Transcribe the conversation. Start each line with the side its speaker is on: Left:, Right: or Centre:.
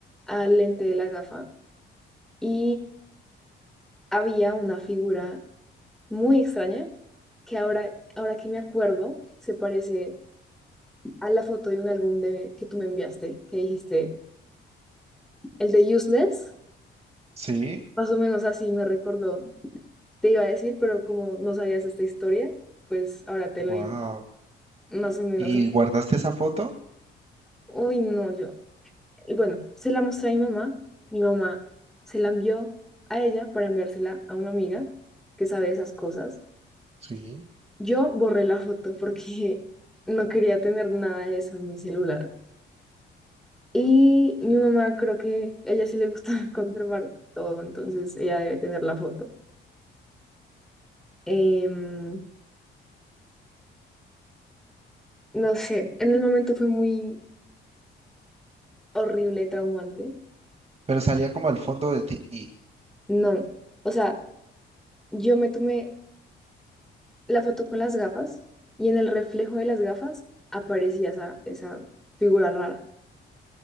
Centre: al lente de la gafa y había una figura muy extraña que ahora, ahora que me acuerdo se parece a la foto de un álbum de, que tú me enviaste, que dijiste, el de Useless,
Right: sí,
Centre: más o menos así me recordó. Te iba a decir, pero como no sabías esta historia, pues ahora te
Right: wow.
Centre: lo digo, más o menos
Right: ¿Y
Centre: así.
Right: guardaste esa foto?
Centre: Uy, no, yo Y bueno, se la mostré a mi mamá. Mi mamá se la envió a ella para enviársela a una amiga que sabe esas cosas.
Right: Sí.
Centre: Yo borré la foto porque <laughs> no quería tener nada de eso en mi celular. Y mi mamá creo que a ella sí le gusta <laughs> conservar todo, entonces ella debe tener la foto. Em, no sé, en el momento fue muy horrible, traumante.
Right: Pero salía como al fondo de ti.
Centre: No, o sea, yo me tomé la foto con las gafas y en el reflejo de las gafas aparecía esa, esa figura rara.